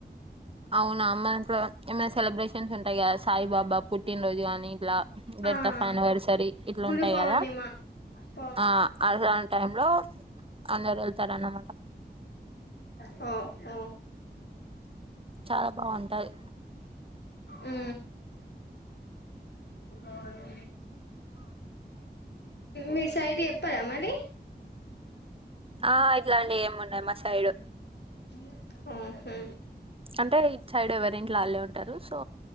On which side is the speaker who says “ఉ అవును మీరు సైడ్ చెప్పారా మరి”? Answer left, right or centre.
Left